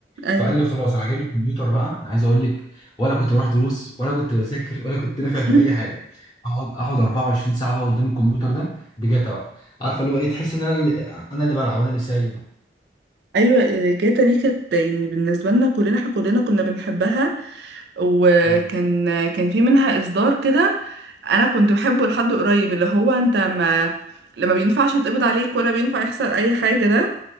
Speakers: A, on the right; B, on the left.
A: ايوه
B: فقال لي خلاص انا هجيب لك كمبيوتر بقى انا عايز اقول لك ولا كنت بروح دروس ولا كنت بذاكر ولا كنت نافع
A: <laughs>
B: في اي حاجه اقعد اقعد 24 ساعه بقى قدام الكمبيوتر ده بجاتا بقى عارفه اللي هو ايه تحس ان انا اللي انا اللي بلعب انا اللي سايق بقى
A: ايوه جاتا دي كانت يعني بالنسبه لنا كلنا احنا كلنا كنا بنحبها وكان
B: مم.
A: كان في منها اصدار كده انا كنت بحبه لحد قريب اللي هو انت ما لما بينفعش يتقبض عليك ولا بينفع يحصل اي حاجه ده